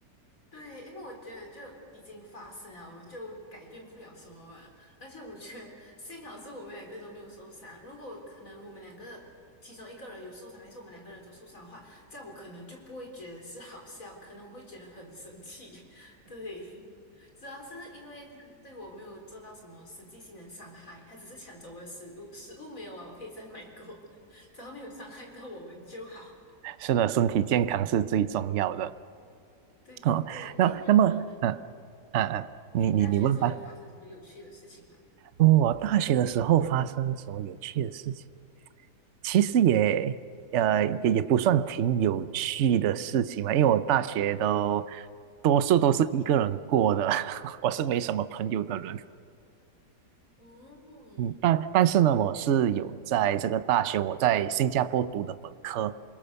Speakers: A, on the left; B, on the right.
A: 对，因为我觉得就已经发生了，我就改变不了什么嘛。而且我觉得幸好是我们两个都没有受伤。如果可能我们两个其中一个人有受伤，还是我们两个人都受伤的话，这样我可能就不会觉得是好笑，可能我会觉得很生气。<laughs> 对，主要是因为他对我没有做到什么实际性的伤害，他只是抢走我的食物，食物没有啊，我可以再买过，<laughs> 只要没有伤害到我们就好。
B: 是的，身体健康是最重要的。
A: <laughs> 对对对，
B: 哦，那那么，
A: 诶，那你呢？
B: 嗯、啊啊，
A: 你大学的时候有发生什么有趣的事情吗？
B: 你你你问吧。嗯我大学的时候发生什么有趣的事情？其实也呃也也不算挺有趣的事情嘛，因为我大学都多数都是一个人过的，<laughs> 我是没什么朋友的人。
A: 嗯，
B: 嗯，但但是呢，我是有在这个大学，我在新加坡读的本科，